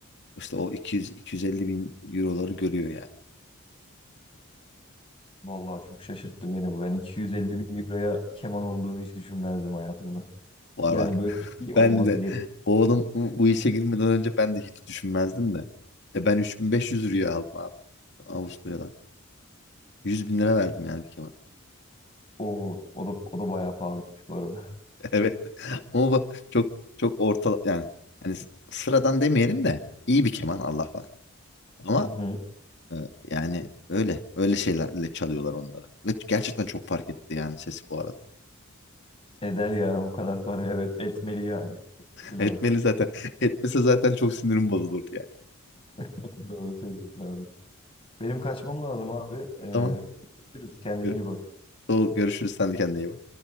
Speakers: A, on the left; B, on the left.
A: işte o 200-250 bin euroları görüyor yani.
B: Vallahi çok şaşırttı beni bu. Ben 250 bin euroya keman olduğunu hiç düşünmezdim hayatımda.
A: Var
B: Yani
A: var.
B: böyle
A: <laughs>
B: bir şey olması
A: Ben de
B: gerek.
A: oğlum bu, bu işe girmeden önce ben de hiç düşünmezdim de. E ben 3500 liraya aldım abi Avusturya'dan. 100 bin lira verdim yani bir keman. <laughs>
B: O, o da, o da bayağı pahalıymış bu arada.
A: Evet. Ama bu çok çok orta yani hani s- sıradan demeyelim de iyi bir keman Allah var. Ama
B: Hı hı.
A: e, yani öyle öyle şeylerle çalıyorlar onları. Ve gerçekten çok fark etti yani sesi bu arada.
B: Eder ya o kadar para evet etmeli yani. Etmesi
A: <laughs>
B: lazım.
A: Etmeli zaten. Etmese zaten çok sinirim bozulurdu yani.
B: <laughs> Doğru söylüyorsun abi. Benim kaçmam lazım abi.
A: <laughs>
B: Ee,
A: Tamam.
B: görüşürüz. Kendine
A: Gör-
B: iyi bak.
A: Doğru, görüşürüz. Sen de kendine iyi bak.